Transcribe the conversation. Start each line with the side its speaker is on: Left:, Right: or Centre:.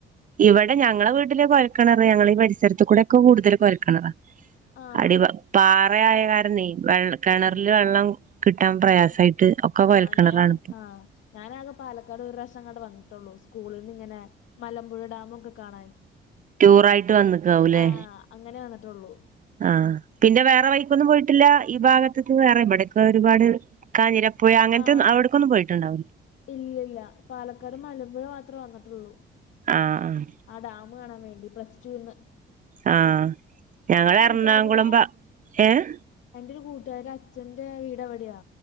Right: ഇവിടെ ഞങ്ങളെ വീട്ടില് കൊയൽ കെണറ് ഞങ്ങളീ പരിസരത്ത് കൂടെ ഒക്കെ കൂടുതൽ കൊയൽകെണറാ.
Left: ആഹ്
Right: അടി പാറ ആയ കാരണേ വെ കിണറില്
Left: ആഹ്
Right: വെള്ളം കിട്ടാൻ പ്രയാസായിട്ട്
Left: ആഹ്
Right: ഒക്കെ കൊയൽ
Left: ആഹ്
Right: കിണറാണ്പ്പൊ.
Left: ഞാന് ആഹ് ഞാനാകെ പാലക്കാട് ഒരു പ്രാവശ്യം എങ്ങാട് വന്നിട്ടുള്ളൂ സ്കൂളിന്ന് ഇങ്ങനെ മലമ്പുഴ ഡാമ് ഒക്കെ കാണാൻ.
Right: ട്യൂർ ആയിട്ട് വന്നിക്കാവൂല്ലേ.
Left: ആഹ് അങ്ങനെ വന്നിട്ടൊള്ളൂ.
Right: ആഹ് പിന്നെ വേറെ വൈക്കൊന്നും പോയിട്ടില്ല ഈ ഭാഗത്ത് വേറെ ഇവിടൊക്കെ ഒരുപാട്. കാഞ്ഞിരപ്പുഴ അങ്ങനത്തെ
Left: ആഹ്
Right: അവിടക്കൊന്നും പോയിട്ടുണ്ടാവൂലേ
Left: ഇല്ലില്ല പാലക്കാട് മലമ്പുഴ മാത്രേ വന്നിട്ടുള്ളൂ.
Right: ആഹ്
Left: ആ ഡാം കാണാൻ വേണ്ടി പ്ലസ്ടുന്ന്
Right: ആഹ് ഞങ്ങ എറണാകുളം
Left: കൂട്ടുകാരിയുടെ
Right: ഭാ ഏഹ്
Left: എന്റെ ഒരു കൂട്ടുകാരൻ അച്ഛന്റെ വീട് അവിടെയാ